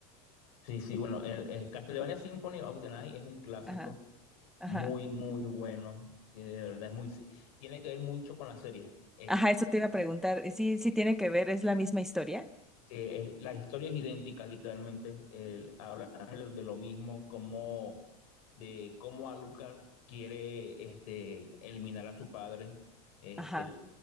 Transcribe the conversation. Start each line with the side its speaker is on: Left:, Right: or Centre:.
Left: Sí, sí, bueno, el, el Castlevania Symphony of the Night es un clásico
Centre: Ajá, ajá,
Left: muy, muy bueno, y de verdad es muy, sí, tiene que ver mucho con la serie. Es
Centre: ajá, eso te iba a preguntar. Sí, sí tiene que ver, es la misma historia.
Left: Sí, es- la historia es idéntica, literalmente. El- hablan de de lo mismo, como de cómo Alucard quiere este, eliminar a su padre, este,
Centre: Ajá,